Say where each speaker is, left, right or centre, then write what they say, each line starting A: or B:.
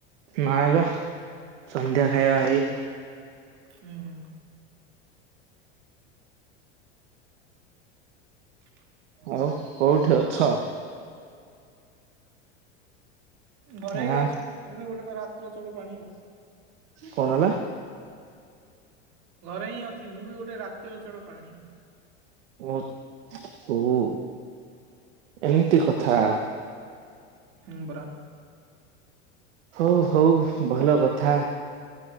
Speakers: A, on the right; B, on the right.
A: ନାଇ ବା ସନ୍ଧ୍ୟା ଖାଇବା ହେଇନି।
B: ହୁଁ ହୁଁ। <inaudible>
A: ଆଉ କୋଉଠି ଅଛ?
B: ଘରେ
A: ହଁ
B: ଏଇବା ଅଛି ଗୋଟେ ତ ରାତ୍ର <unintelligible>
A: କଣ ହେଲା?
B: ଘରେ ହିଁ ଅଛି ମୁଁ ବି ଗୋଟେ ରାତିର ଚୋଟ ପ୍ରାଣୀ
A: ଓ ହ ଏମିତି କଥା।
B: ହୁଁ ପରା।
A: ହଉ ହଉ ଭଲ କଥା।